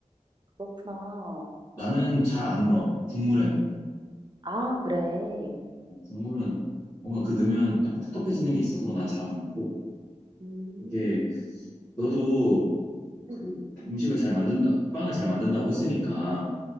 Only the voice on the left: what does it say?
나는 잘 안 넣어,
국물에는.
어, 국물은 뭔가 그 넣으면 약간 텁텁해지는 게 있어서 난 잘 안 넣고
이게 너도 그
음식을 잘 만든다 빵을 잘 만든다고 했으니까